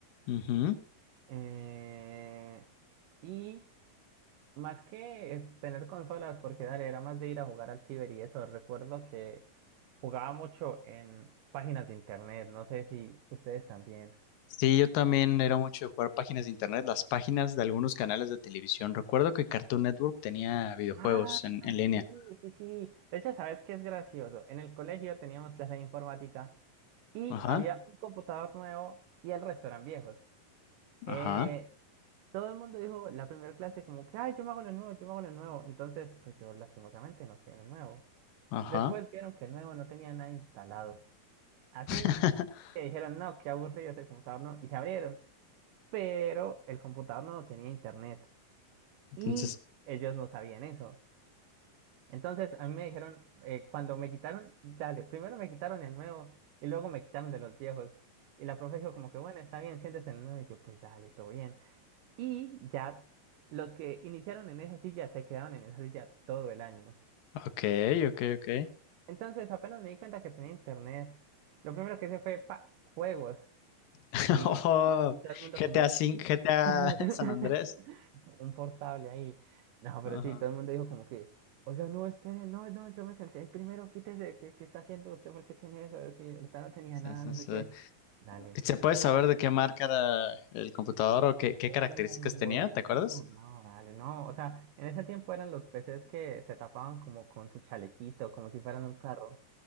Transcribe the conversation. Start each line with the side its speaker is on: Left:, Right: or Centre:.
Left: Ujú.
Right: Eh, y más que es tener consolas, porque dale, era más de ir a jugar al ciber y eso. Recuerdo que jugaba mucho en páginas de internet, no sé si ustedes también.
Left: Sí, yo también era mucho de jugar páginas de internet, las páginas de algunos canales de televisión. Recuerdo que Cartoon Network tenía videojuegos
Right: Ah,
Left: en, en línea.
Right: sí, sí, sí. De hecho, ¿sabes qué es gracioso? En el colegio teníamos clase de informática y
Left: Ajá,
Right: había un computador nuevo y el resto eran viejos.
Left: ajá,
Right: Eh, todo el mundo dijo la primera clase como que, ay, yo me hago lo nuevo, yo me hago lo nuevo. Entonces, pues yo lastimosamente no quedé en el nuevo.
Left: ajá.
Right: Después vieron que el nuevo no tenía nada instalado. Así
Left: <laughs>
Right: que dijeron, no, qué aburrido ese computador, no. Y se abrieron. Pero el computador no tenía internet. Y
Left: Entonces,
Right: ellos no sabían eso. Entonces a mí me dijeron, eh, cuando me quitaron, dale, primero me quitaron el nuevo y luego me quitaron de los viejos. Y la profe dijo como que, bueno, está bien, siéntese en el nuevo. Y yo, pues dale, todo bien. Y ya los que iniciaron en esa silla se quedaban en esa silla todo el año.
Left: ok, ok, ok.
Right: Entonces, apenas me di cuenta que tenía internet, lo primero que hice fue pa, juegos.
Left: <laughs>
Right: Y,
Left: Oh,
Right: y, y todo el mundo
Left: GTA
Right: como
Left: 5, GTA
Right: <laughs>
Left: San Andrés.
Right: un portable ahí. No, pero
Left: Ajá.
Right: sí, todo el mundo dijo como que, oiga, no, espere, no, no, yo me senté ahí primero, quítese, ¿qué, qué está haciendo usted? ¿Por qué tiene eso? Yo, Sí, ahorita no tenía
Left: Sí,
Right: nada,
Left: sí,
Right: no
Left: sí.
Right: sé qué. Dale,
Left: ¿Se puede
Right: bastante
Left: saber
Right: perro.
Left: de qué marca era el computador o qué, qué
Right: Uy,
Left: características tenía? ¿Te
Right: no,
Left: acuerdas?
Right: no, dale, no. O sea, en ese tiempo eran los PCs que se tapaban como con su chalequito, como si fueran un carro.